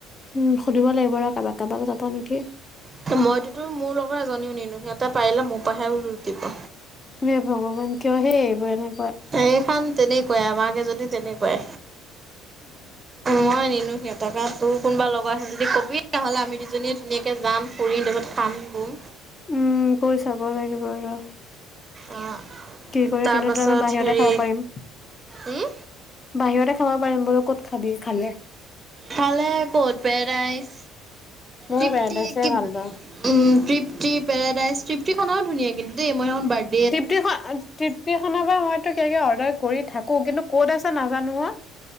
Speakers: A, on the left; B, on the right.
A: উম ল, সুধিব লাগিব ৰ' কাবাক- কাবাক যাব নেকি?
B: ত' মইতোতো মোৰ লগৰ এজনীও নিনো সিহঁতে পাৰিলে মোৰ পৰাহেও লুটিব।
A: <unintelligible> ভগৱান কিয় হে এইবোৰ এনে
B: এইখন তেনেকুৱাই আমাৰ কেইজনী তেনেকুৱাই। মই নিনো সিহতকে তোৰ কোনোবা লগাই আছে যদি কবি? <unintelligible> দুজনীয়ে ধুনিয়াকে যাম ফুৰিম তাৰছত খাম। বম
A: উম, কৈ চাব লাগিব ৰ'।
B: অ
A: কে কৰি
B: তাৰপাছত
A: কিনওটো আমি বাহিৰতে
B: হেৰি
A: খাব পাৰিম।
B: উম,
A: বাহিৰতে খাব পাৰিম বোলো ক'ত খাবি খালে?
B: খালে কতপে ৰাইছ
A: ময়ো
B: তৃপ্তি
A: পেৰাডাইছে
B: কি
A: ভাল পাওঁ
B: উম, তৃপ্তি পেৰাডাইজ তৃপ্তি খন আৰু ধুনীয়া কিন্তুে দেই মই এখন বাৰ্থ
A: তৃপ্তিখন -তৃপ্তিখনৰ পৰা মইতো কিবাকিবি অৰ্ডাৰ কৰি থাকোঁ কিন্তু ক'ত আছে নাজানো অ'।